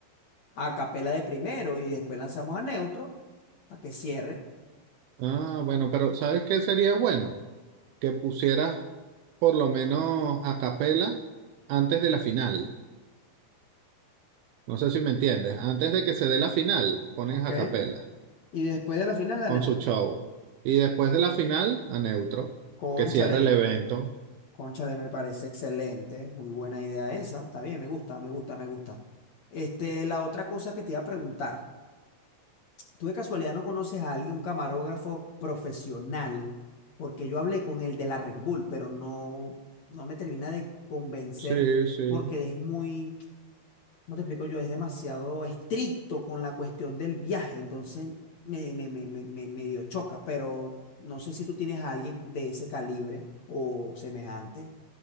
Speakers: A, on the left; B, on the right.
A: a Capela de primero y después lanzamos a Neutro para que cierre,
B: Ah, bueno, pero ¿sabes qué sería bueno? Que pusieras por lo menos a capela antes de la final. No sé si me entiendes. Antes de que se dé la final, ponen
A: ¿ok?
B: a capela
A: Y después de la final a
B: con
A: Neutro.
B: su show. Y después de la final, a neutro,
A: Cónchale.
B: que cierre el evento.
A: Cónchale, me parece excelente, muy buena idea esa. Está bien, me gusta, me gusta, me gusta. Este, la otra cosa que te iba a preguntar, ¿tú de casualidad no conoces a alguien, un camarógrafo profesional? Porque yo hablé con el de la Red Bull, pero no, no me termina de convencer
B: Sí, sí.
A: porque es muy, ¿cómo te explico yo? Es demasiado estricto con la cuestión del viaje, entonces me, me, me, me, me medio choca, pero no sé si tú tienes a alguien de ese calibre o semejante.